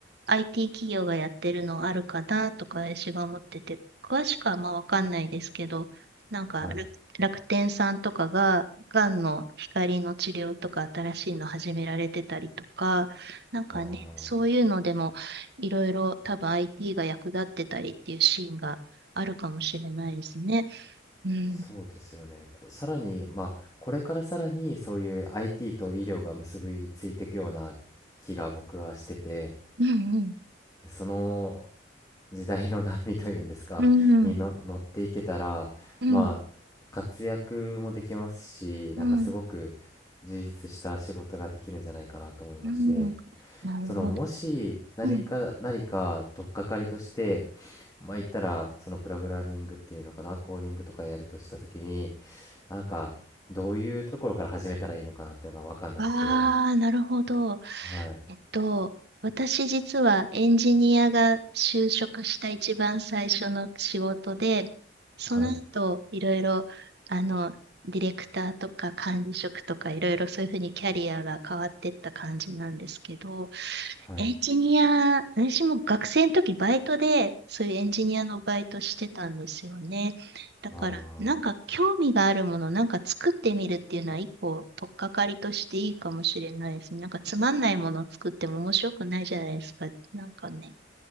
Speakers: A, on the right; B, on the left.
A: IT 企業がやってるのあるかなとか私が思ってて、詳しくはまあわかんないですけど、なんか楽楽天さんとかが、
B: はい。
A: がんの光の治療とか新しいの始められてたりとか、なんかね、
B: まあ、
A: そういうのでもいろいろ多分 IT が役立ってたりっていうシーンがあるかもしれないですね。うん、
B: そうですよね。こさらに、まあ、これからさらにそういう IT と医療が結びついていくような気が僕はしてて、
A: うんうん。
B: でその時代の波というんですか、
A: うん。
B: <laughs> にの乗っていけたら、
A: う
B: まあ、活躍もできますし、なんかすごく
A: ん。
B: 充実した仕事ができるんじゃないかなと思いまして、
A: うん。なるほど。
B: そのもし何か何か取っかかりとして
A: うん。
B: まあ言ったらそのプログラミングっていうのかなコーディングとかやるとした時になんかどういうところから始めたらいいのかなっていうのが分かんなくて
A: ああー、なるほど。
B: はい
A: えっと、私実はエンジニアが就職した一番最初の仕事で、その後、
B: はい
A: いろいろ、あの、ディレクターとか管理職とかいろいろそういうふうにキャリアが変わってった感じなんですけど、
B: はい
A: エンジニア、私も学生の時バイトで、そういうエンジニアのバイトしてたんですよね。だから、
B: あ
A: なんか興味があるもの、なんか作ってみるっていうのは一個、取っかかりとしていいかもしれないですね。なんかつまんないものを作っても面白くないじゃないですか。なんかね。